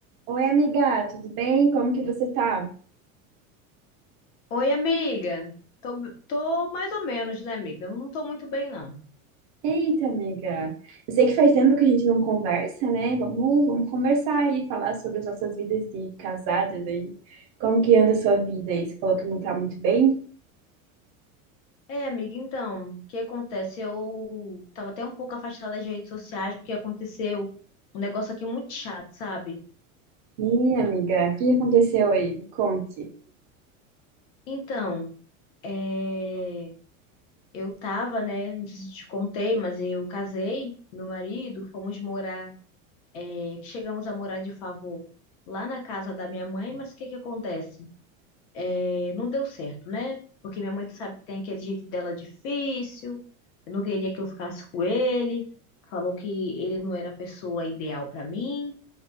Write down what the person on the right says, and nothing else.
Oi, amiga, tudo bem? Como que você tá?
Eita, amiga. Eu sei que faz tempo que a gente não conversa, né? Vamos, vamos conversar aí, falar sobre as nossas vidas de casadas aí. Como que anda a sua vida aí? Você falou que não tá muito bem?
Ih, amiga, o que aconteceu aí? Me conte.